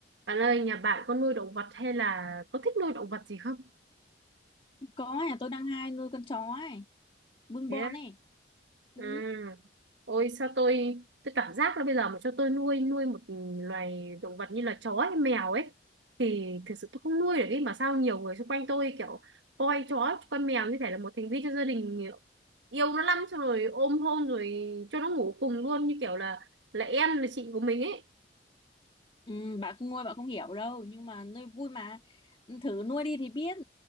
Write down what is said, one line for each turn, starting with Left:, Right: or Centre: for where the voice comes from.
Right: Bạn ơi, nhà bạn có nuôi động vật hay là có thích nuôi động vật gì không?
Left: có nhà tôi đang hai nuôi con chó ấy bưng
Right: Thế
Left: bon
Right: á?
Left: ấy ừ.
Right: Ừ. Ôi sao tôi tôi cảm giác là bây giờ mà cho tôi nuôi nuôi một loài động vật như là chó hay mèo ấy thì thực sự tôi không nuôi được ấy mà sao nhiều người xung quanh tôi kiểu coi chó coi mèo như thể là một thành viên trong gia đình yêu nó lắm xong rồi ôm hôn rồi cho nó ngủ cùng luôn như kiểu là là em là chị của mình ấy.
Left: Ừ, bạn không nuôi bạn không hiểu đâu nhưng mà nuôi vui mà thử nuôi đi thì biết